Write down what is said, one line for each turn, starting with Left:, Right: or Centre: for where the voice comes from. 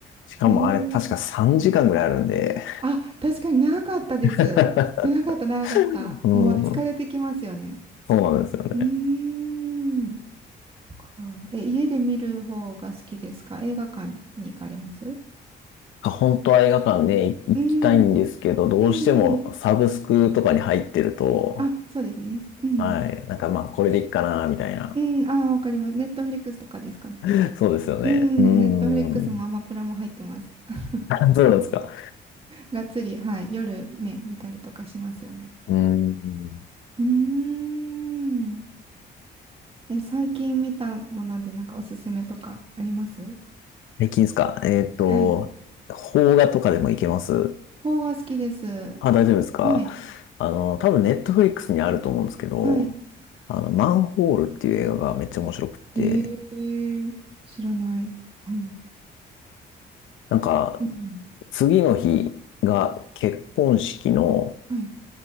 Left: しかもあれ、
Right: <laughs> へ
Left: 確か3時間ぐらいあるんで。
Right: え。あ、確かに長かったです。
Left: <laughs>
Right: 長かった、長かった。
Left: うん。
Right: もう疲れてきますよね。
Left: そうなんですよね。
Right: うーん。かえ、家で見る方が好きですか映画館に行かれます
Left: あ、本当は映画館ね、行きたいんですけど、
Right: うん。
Left: どうしてもサブスクとかに入ってると、
Right: うんうん。あ、そうですね。うん。
Left: はい、なんかまあ、これでいいかな、みたいな。
Right: うん。あ、わかります。ネットフリックスとかですかね。
Left: <laughs> そうですよね。
Right: うん。
Left: うーん。
Right: ネットフリックスもアマプラも入ってます。<laughs>
Left: <laughs> そうなんですか。
Right: がっつり、はい。夜ね、見たりとかしますよね。
Left: うーん。
Right: うーん。え、最近見たものでなんかおすすめとかあります
Left: 最近ですか。えっと、
Right: はい。
Left: 邦画とかでも行けます
Right: 邦画好きです。
Left: あ、大丈夫ですか。
Right: はい。
Left: あの、多分ネットフリックスにあると思うんですけど、
Right: はい。
Left: あの、マンホールっていう映画がめっちゃ面白くって、
Right: ええー、知らない。はい。うん
Left: なんか、
Right: うん。
Left: 次の日が結婚式の、
Right: はい。